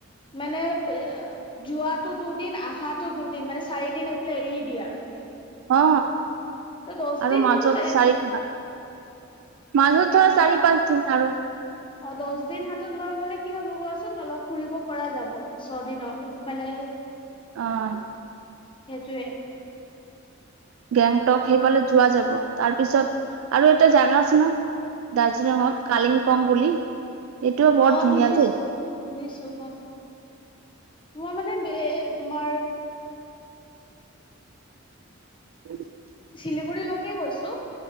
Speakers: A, on the left (about 25°); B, on the right (about 75°).
A: মানে বে অ যোৱাটো দুদিন আহাতো দুদিন মানে চাৰিদিন এইফালে এৰি দিয়া তুমি
B: অ
A: ত দহ
B: আৰু
A: দিনতো
B: মাজত
A: লাগি
B: চাৰি পাঁচ মাজত ধৰা
A: অ
B: চাৰি পাঁচ দিন আৰু
A: অ দছ দিন হাতত লৈ গ'লে কি হব কোৱাচোন অলপ ফুৰিব পৰা যাব ছ দিন অ মানে
B: অ',
A: সেইটোৱে
B: গেংটক সেইফালে যোৱা যাব তাৰ পিছত আৰু এটা জাগা আছে ন দাৰ্জিলিঙত কালিমপং বুলি এইটোও বৰ
A: অ
B: ধুনীয়া
A: শুনিছো
B: দেই
A: শুনিছো মই মই মানে বে তোমাৰ
B: <unintelligible>
A: শিলিগুৰিলৈকে গৈছো